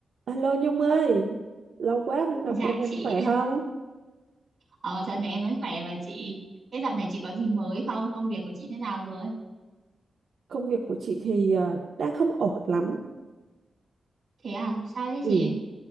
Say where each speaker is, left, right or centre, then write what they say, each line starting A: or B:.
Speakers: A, on the right (about 60°); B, on the right (about 40°).
A: Alo Nhung ơi, lâu quá không gặp
B: Dạ
A: em, em
B: chị,
A: khỏe không?
B: ờ, dạo này em vẫn khỏe mà chị. Thế dạo này chị có gì mới không? Công việc của chị thế nào rồi?
A: Công việc của chị thì à, đang không ổn lắm.
B: Thế à, sao thế
A: Ừ,
B: chị?